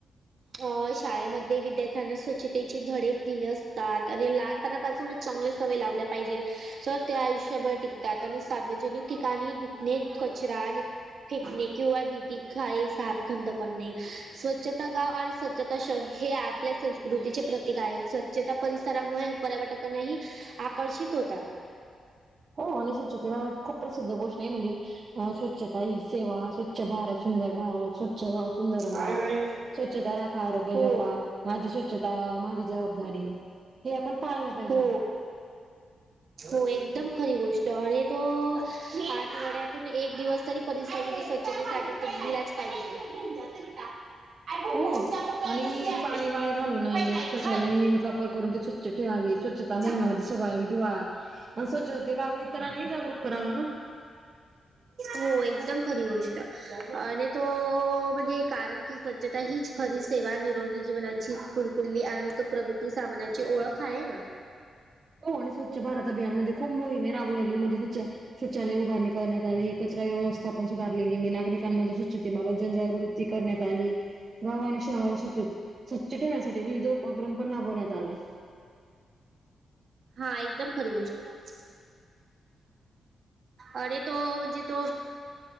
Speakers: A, on the right; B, on the right.
A: अ शाळेमध्ये विद्या स्वच्छतेची धडे दिले असतात आणि लहानपणापासूनच चांगले सवय लावल्या पाहिजे तर ते आयुष्यभर टिकतात आणि सार्वजनिक ठिकाणी दुखणे कचरा आणि फेकणे किवा बी तख आहे साप खंद पणे स्वच्छता गाव आणि स्वच्छता शहर हे आपल्या संस् संस्कृतीचे प्रतीक आहेत स्वच्छता परिसरामुळे पर्यवटकांनाही आकर्षित होतात
B: हो आणि स्वच्छते खूप प्रसिद्ध गोष्ट आहे म्हणजे स्वच्छता ही सेवा स्वच्छ भारत सुंदर भारत स्वच्छ गाव सुंदर गाव
A: काय रे?
B: स्वच्छता राखा आरोग्य
A: हो
B: जपा माझी स्वच्छता माझी जबाबदारी हे आपण पाळायला पाहिजे
A: हो, हो एकदम खरी गोष्ट आणि तो आठवड्यातून एक दिवस तरी परिसर म स्वच्छतेसाठी त्या दिलाच पाहिजे <inaudible> आय भूक
B: हो
A: पाहून त्यामुक करत
B: आणि
A: बसले आपण
B: पाणी वाया घालू नये
A: पहिला
B: स्वच्छालय नियमित वापर करून ते स्वच्छ ठेवावे स्व स्वच्छता
A: जा
B: महिनायामध्ये सभाघवा आणि स्वच्छतेला तरांही जागरूक करावा ना
A: हो एकदम खरी गोष्ट आणि तो म्हणजे कारण कि स्व स्वच्छता हीच खरी सेवा निरोगी जीवनाची फुलकुडली आणि तो प्रगती सामानाची ओळख आहे ना
B: हो आणि स्वच्छ भारत अभियानमध्ये खूप मोहिम रा गे म्हणे स्व शौचालय उभारणी करण्यात आली कचरा व्यवस्थापन सुधारले गेले नागरिकांमध्ये बाबत जनजागृती करण्यात आली गाव आणि शहर आणि स्वछ, स्वच्छ ठेवण्यासाठी विविध उपक्रम पण राबवण्यात आले
A: हा एकदम खरी गोष्ट आहे आणि तो म्हणजे तो